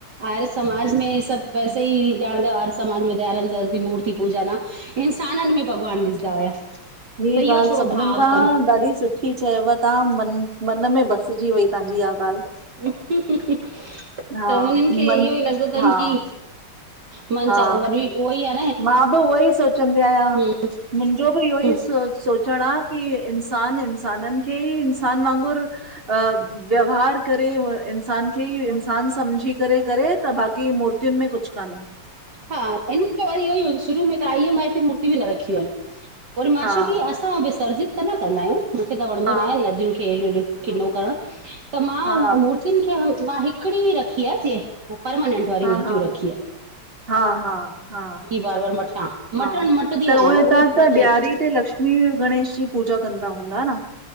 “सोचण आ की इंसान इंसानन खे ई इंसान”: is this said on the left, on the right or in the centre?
Right